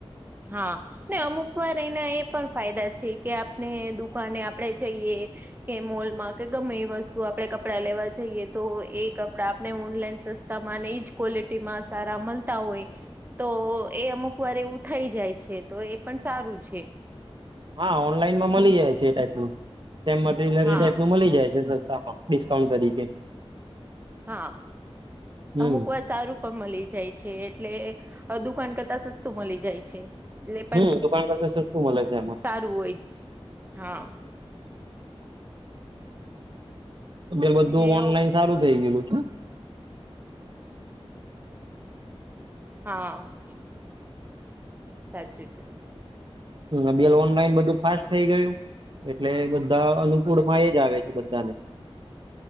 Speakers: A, on the right; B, on the right.
A: હા. ને અમુક વાર એના એ પણ ફાયદા છે કે આપણે દુકાને આપણેે જઈએ. કે મોલમાં કે ગમે એ વસ્તુ આપણે કપડાં લેવા જઈએ. તો એ કપડા આપણે ઓનલાઈન સસ્ સસ્તા માં ને ઈજ ક્વોલિટીમાં સારા મળતા હોય. તો એ અમુક વાર એવું... થઈ જાય છે, તો એ પણ સારું છે.
B: હા, ઓનલાઈનમાં મળી જાય છે એ ટાઈપનું તેમ મટરિયલરી
A: હા
B: એ ટાઈપનું મળી જાય છે. તામાં ડિસ્કાઉન્ટ તરીકે.
A: હા,
B: હમ
A: અમુક વાર સારું... પણ મળી જાય છે, એટલે દુકાન કરતા સસ્તું મળી જાય છે. પણ
B: હમ દુકાન કરતા શ શું મળે છે એમાં.
A: સારું હોય હા
B: બે બધું
A: ને
B: ઓનલાઈન સારું થઈ ગયલું છે.
A: હા. સાચી છે.
B: હમલ ઓનલાઈન બધું ફાસ્ટ થઈ ગયું એટલે બધા અનુકૂળ હોય એ. ઝા આવે છે બધા ને.